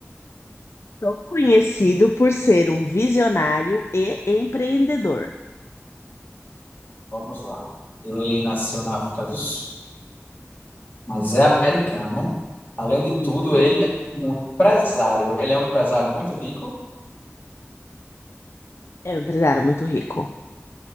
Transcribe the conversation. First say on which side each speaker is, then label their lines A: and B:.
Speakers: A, on the left; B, on the left.
A: Sou conhecido por ser um visionário e empreendedor.
B: Vamos lá. Ele nasceu na África do Sul. Mas é americano. Além de
A: Isso
B: tudo, ele é um empresário. Ele é um empresário muito rico.
A: é um empresário muito rico.